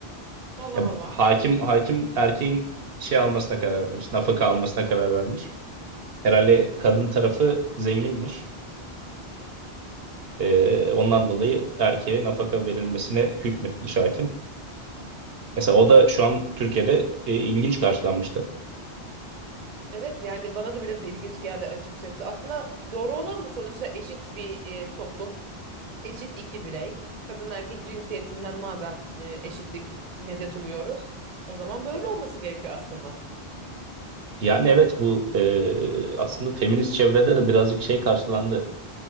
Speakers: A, on the right (about 40°); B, on the right (about 65°).
A: Allah
B: Ya,
A: Allah.
B: hakim hakim erkeğin şey almasına karar vermiş, nafaka almasına karar vermiş. Herhalde kadın tarafı zenginmiş. Ee, ondan dolayı erkeğe nafaka verilmesine hükmetmiş hakim. Mesela o da şu an Türkiye'de e, ilginç karşılanmıştı.
A: Evet yani bana da biraz ilginç geldi açıkçası. Aslında doğru olan bu sonuçta eşit bir e, toplum. Eşit iki birey. Kadın erkek cinsiyetinden madem e, eşitlik medet umuyoruz, o zaman böyle olması gerekiyor aslında.
B: Yani evet bu e, aslında feminist çevrede de birazcık şey karşılandı.